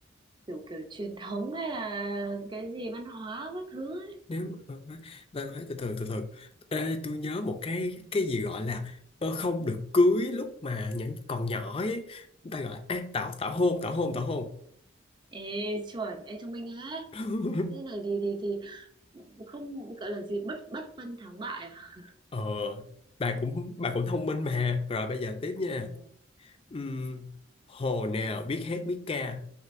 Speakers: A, on the right; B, on the left.
A: kiểu kiểu truyền thống hay là cái gì văn hóa các thứ ấy.
B: Nếu mà văn hóa, văn hóa từ từ từ từ. Ê, tôi nhớ một cái cái gì gọi là ờ, không được cưới lúc mà những còn nhỏ ấy. Người Ta gọi là à, tảo tảo hôn tảo hôn tảo hôn.
A: Ê chuẩn, ê thông minh á.
B: <laughs>
A: Thế này thì thì thì không gọi là gì bất bất phân thắng bại à?
B: Ờ, bà cũng bà cũng thông minh mà. Rồi bây giờ tiếp nha.
A: Ừ,
B: Ừm, hồ nào biết hát biết ca